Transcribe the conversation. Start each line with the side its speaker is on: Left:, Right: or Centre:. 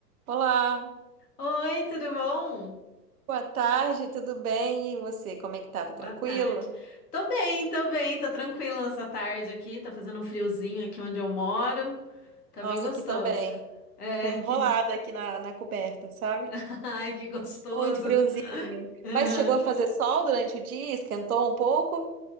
Right: Olá,
Left: Oi, tudo bom?
Right: boa tarde, tudo bem? E você, como é que tá? Tá
Left: Boa
Right: tranquilo?
Left: tarde. Tô bem, tô bem, tô tranquila nessa tarde aqui. Tá fazendo um friozinho aqui onde eu moro. Tá
Right: Nossa,
Left: bem gostoso.
Right: aqui também.
Left: É,
Right: Tô enrolada
Left: que.
Right: aqui na, na coberta, sabe?
Left: <laughs> Ai, que gostoso.
Right: Muito friozinho.
Left: <laughs> Aham.
Right: Mas chegou a fazer sol durante o dia? Esquentou um pouco?